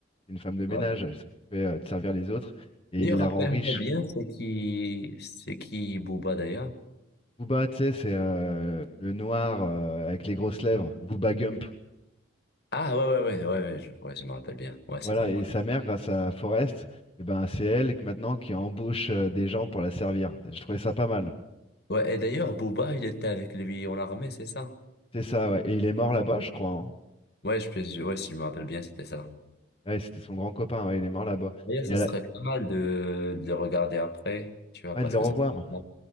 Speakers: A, on the left; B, on the left.
A: une femme de ménage.
B: Ouais.
A: Elle s'occupait euh, de servir les autres et
B: D'ailleurs,
A: il la
B: rappelle-moi
A: rend riche.
B: bien, c'est qui, c'est qui Booba d'ailleurs?
A: Booba, tu sais, c'est euh, le noir euh, avec les grosses lèvres, Booba Gump.
B: Ah ouais, ouais, ouais, ouais, ouais, je, ouais, je me rappelle bien. Ouais, c'est
A: Voilà,
B: bon.
A: et sa mère, grâce à Forrest, eh ben, c'est elle que- maintenant qui embauche euh, des gens pour la servir. Je trouvais ça pas mal.
B: Ouais, et d'ailleurs, Booba, il était avec lui en armée, c'est ça?
A: C'est ça, ouais. Et il est mort là-bas,
B: Ok.
A: je crois. hein.
B: Ouais, je, peux- je- ouais, si je me rappelle bien, c'était ça.
A: Ouais, c'était son grand copain, ouais, il est mort là-bas.
B: D'ailleurs,
A: Et
B: ça
A: elle
B: serait
A: a-
B: pas mal de, de le regarder après, tu vois,
A: ouais,
B: parce
A: de le
B: que
A: revoir.
B: ça... fait un moment.